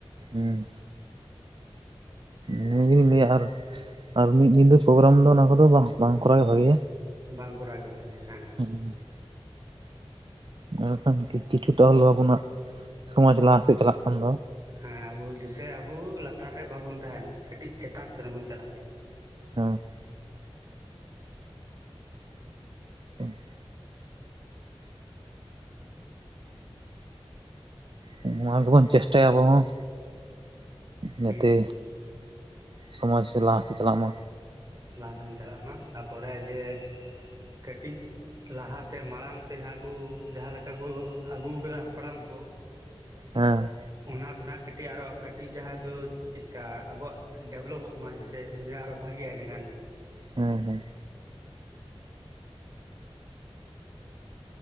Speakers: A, on the right; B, on the right.
A: ᱦᱩᱸ᱾ ᱱᱤᱭᱟᱹ ᱜᱮᱞᱤᱧ ᱞᱟᱹᱭᱟ ᱟᱨ ᱟᱨ ᱟᱨ ᱢᱤᱫ ᱧᱤᱫᱟᱹ ᱯᱨᱳᱜᱨᱟᱢ ᱫᱚ ᱚᱱᱟ ᱠᱚᱫᱚ ᱵᱟᱝ ᱵᱟᱝ ᱠᱚᱨᱟᱣ ᱜᱮ ᱵᱷᱟᱜᱮᱭᱟ᱾
B: ᱵᱟᱝ ᱠᱚᱨᱟᱣ ᱜᱮ ᱵᱷᱟᱜᱮᱭᱟ ᱦᱮᱸ᱾
A: ᱚᱸ᱾ ᱢᱮᱱᱠᱷᱟᱱ ᱠᱤ-ᱠᱤᱪᱷᱩᱴᱟ ᱦᱚᱞᱳ ᱟᱵᱚᱱᱟᱜ ᱥᱚᱢᱟᱡᱽ ᱞᱟᱦᱟᱥᱮᱫ ᱪᱟᱞᱟᱜ ᱠᱟᱱ ᱫᱚ᱾
B: ᱦᱮᱸ ᱟᱵᱩ ᱡᱮᱥᱮ ᱟᱵᱩ ᱞᱟᱛᱟᱨ ᱨᱮ ᱵᱟᱵᱩᱱ ᱛᱟᱦᱮᱱ, ᱠᱟᱹᱴᱤᱡ ᱪᱮᱛᱟᱱ ᱥᱮᱱ ᱵᱚᱱ ᱪᱟᱞᱟᱜ-ᱟ᱾
A: ᱦᱮᱸ ᱦᱩᱸ᱾ ᱦᱩᱸ ᱱᱚᱣᱟ ᱜᱮᱵᱚᱱ ᱪᱮᱥᱴᱟᱭᱟ ᱟᱵᱚ ᱦᱚᱸ᱾
B: ᱦᱩᱸ
A: ᱡᱟᱛᱮ ᱥᱚᱢᱟᱡᱽ ᱞᱟᱦᱟ ᱥᱮᱫ ᱪᱟᱞᱟᱜ ᱢᱟ᱾
B: ᱞᱟᱦᱟ ᱥᱮᱱ ᱪᱟᱞᱟᱜ ᱢᱮ ᱛᱟᱯᱚᱨᱮ ᱡᱮ ᱠᱟᱹᱴᱤᱡᱼᱼ ᱞᱟᱦᱟᱛᱮ ᱢᱟᱲᱟᱝ ᱛᱮ ᱡᱟᱦᱟᱸᱠᱩ ᱡᱟᱦᱟᱸ ᱞᱮᱠᱟᱠᱩ ᱟᱹᱜᱩᱣ ᱟᱠᱟᱫᱟ ᱦᱟᱯᱲᱟᱢ ᱠᱚ᱾
A: ᱦᱮᱸ᱾
B: ᱚᱱᱟ ᱠᱷᱚᱱᱟᱜ ᱠᱟᱹᱴᱤᱡ ᱟᱨᱚ ᱠᱟᱹᱴᱤᱡ ᱡᱟᱦᱟᱸ ᱫᱚ ᱪᱮᱫᱠᱟ ᱟᱵᱚᱣᱟᱜ ᱰᱮᱵᱷᱞᱚᱵᱚᱜ ᱢᱟ ᱡᱮᱭᱥᱮ ᱤᱱᱟᱹ ᱟᱨᱚ ᱵᱷᱟᱜᱤᱜᱼᱟ ᱤᱱᱟᱹᱠᱷᱟᱱ᱾
A: ᱦᱮᱸ ᱦᱮᱸ᱾